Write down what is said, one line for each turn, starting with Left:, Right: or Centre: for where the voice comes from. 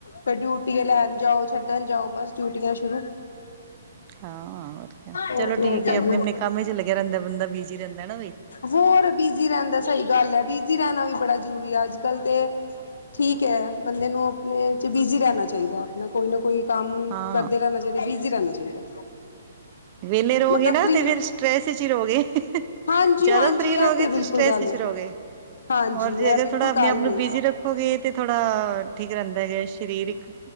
Left: ਫ ਡਿਊਟੀ ਲੈਣ ਜਾਓ, ਛੱਡਣ ਜਾਓ, ਬਸ ਡਿਊਟੀਆਂ ਸ਼ੁਰੂ
Right: ਹਾਂ, ਹੋਰ
Left: ਉਹ
Right: ਚਲੋ
Left: ਤੇ
Right: ਠੀਕ
Left: ਹੈਗਾ ਹੀ
Right: ਆਪਣੇ
Left: ਹੈ
Right: -ਆਪਣੇ ਕੰਮ ਲੱਗਿਆ ਰਹਿੰਦਾ ਬੰਦਾ ਬਿਜੀ ਰਹਿੰਦਾ ਹੈ। ਬਈ
Left: ਹੋਰ, ਬਿਜ਼ੀ ਰਹਿਣ ਦਾ ਸਹੀ ਗੱਲ ਹੈ, ਬਿਜ਼ੀ ਰਹਿਣਾ ਵੀ ਬੜਾ ਜ਼ਰੂਰੀ ਹੈ। ਅੱਜ ਕੱਲ ਤੇ ਠੀਕ ਹੈ, ਬੰਦੇ ਨੂੰ ਆਪਣੇ ਚ ਬਿਜ਼ੀ ਰਹਿਣਾ ਚਾਹੀਦਾ। ਨਾ ਕੋਈ ਨਾ ਕੋਈ ਕੰਮ
Right: ਹਾਂ
Left: ਕਰਦੇ ਰਹਿਣਾ ਚਾਹੀਦਾ, ਬਿਜੀੀ ਰਹਿਣਾ ਚਾਹੀਦਾ
Right: ਵਿਹਲੇ ਰੋ
Left: ਮਤਲਬ
Right: ਗਏ ਨ
Left: ਫਰੀ
Right: ਤੇ ਫੇਿਰ ਸਟਰ੍ਰੈਸ ਵਿੱਚ ਹੀ ਰੋ ਗਏ।
Left: ਹਾਂਜੀ
Right: ਜ਼ਿਆਦਾ
Left: ਹਾਂਜੀ
Right: ਫ੍ਰਰੀ
Left: ਇਹ
Right: ਰਹੋਗੇ ਤੇ
Left: ਬਿਲਕੁਲ
Right: ਸਟਰ੍ਰੈਸ
Left: ਗੱਲ
Right: ਵਿੱਚ
Left: ਹੈ।
Right: ਰਹੋਗੇ,
Left: ਹਾਂਜੀ
Right: ਔਰ ਜੇ
Left: ਇਹ
Right: ਅਗਰ
Left: ਬਿਲਕੁਲ
Right: ਥੋੜ੍ਹਾ ਆਪਣੇ
Left: ਕਾਲ
Right: ਆਪ ਨੂੰ
Left: ਨੇ।
Right: ਬਿਜੀੀ ਰੱਖ ਹੋ ਗਏ ਤੇ ਥੋੜਾ ਠੀਕ ਰਹਿੰਦਾ ਸਰੀਰਕ,